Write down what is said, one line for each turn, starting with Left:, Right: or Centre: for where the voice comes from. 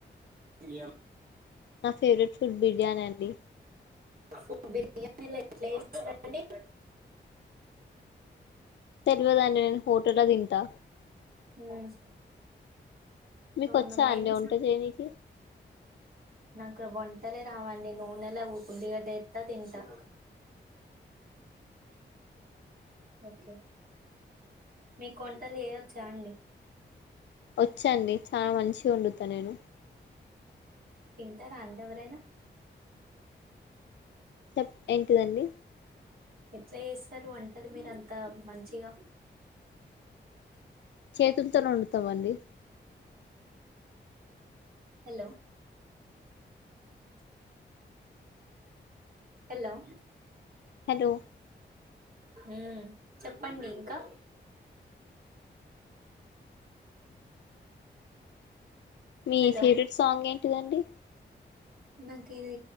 Right: ఇ
Left: నా ఫేవరెట్ ఫుడ్ బిర్యానీ అండి
Right: పో మీరు ఎట్లచేస్తారండి
Left: తెల్వదండీ నేను హోటల్ ల తింటా
Right: హ్మ్మ్
Left: మీకు
Right: అవును
Left: వచ్చా
Right: మైని
Left: అండి వంట చేయనికి
Right: నాకు వంటలే రావండి నూనె ల ఒక వుల్లిగడ్డ ఎత్త తింటా ఓకే మీ వంటలు ఎయొచ్చా అండి
Left: వచ్చండి చాలా మంచిగా వండుతా నేను
Right: తింటారా అంట ఎవరైనా
Left: చెప్ ఏంటిదండి
Right: ఎట్లా చేస్తారు వంటలు మీరు అంతా మంచిగా
Left: చేతులతోనే వండుతాం అండి
Right: హలో హలో
Left: హలో
Right: హ్మ్మ్ చెప్పండి ఇంకా
Left: మీ
Right: హలో
Left: ఫేవరెట్ సాంగ్ ఏంటిదండి
Right: నాకు ఇది